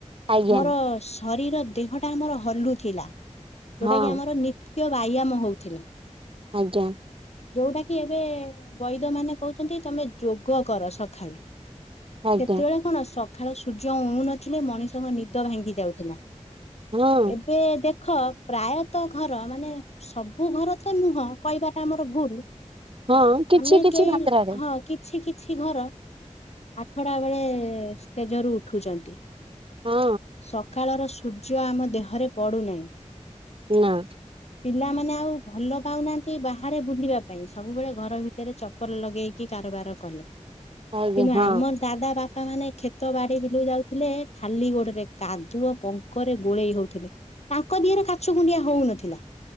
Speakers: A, on the right (about 45°); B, on the left (about 60°).
A: ଆଜ୍ଞା
B: ଆମର ସ ଶରୀର ଦେହଟା ଆମର ହଲୁ ଥିଲା, ଯୋଉଟା
A: ହଁ
B: କି ଆମର ନି ତ୍ୟ ବ୍ୟାୟାମ ହଉଥିଲା।
A: ଆଜ୍ଞା।
B: ଯୋଉଟା କି ଏବେ ବଇଦ ମାନେ କହୁଛନ୍ତି, ତମେ ଯୋଗ କର ସଖାଳୁ।
A: ଆଜ୍ଞା
B: ସେତେବେଳେ କଣ ସଖାଳ ସୂର୍ଯ୍ୟ ଉଉଁ ନଥିଲେ, ମଣିଷଙ୍କ ନିଦ ଭାଙ୍ଗି ଯାଉଥିଲା।
A: ହଁ
B: ଏବେ ଦେଖ ଖ, ପ୍ରାୟତଃ ଘର ମାନେ ସବୁ ଘର ତ ନୁହଁ, କହିବାଟା ଆମର ଭୁଲ।
A: ହଁ କିଛି
B: ଆମେ
A: କିଛି
B: କେହି,
A: ମାତ୍ରାରେ
B: ହଁ କିଛି କିଛି କିଛି ଘର, ଆଠଟାବେଳେ ଶେଯରୁ ଉଠୁଛନ୍ତି।
A: ହଁ
B: ସଖାଳର ସୂର୍ଯ୍ୟ ଆମ ଦେହରେ ପଡ଼ୁନାହିଁ।
A: ନାଁ।
B: ପିଲାମାନେ ଆଉ ଭଲ ପାଉନାହାଁନ୍ତି ବାହାରେ ବୁଲିବା ପାଇଁ। ସବୁବେଳେ ଘର ଭିତରେ ଚପଲ ଲଗେଇକି କାରବାର କଲେ।
A: ଆଜ୍ଞା
B: କିନ୍ତୁ ଆମର ଦାଦା ବାପା ବାପା ମାନେ କ୍ଷେତ, ବାଡି, ବିଲୁକୁ ଯାଉଥିଲେ, ଖାଲି ଗୋଡରେ, କାଦୁଅ ପଙ୍କରେ ଗୋଳେଇ ହଉଥିଲେ। ତାଙ୍କ ଦିହରେ କାଛୁ କୁଣ୍ଡିଆ ହଉ ନଥିଲା।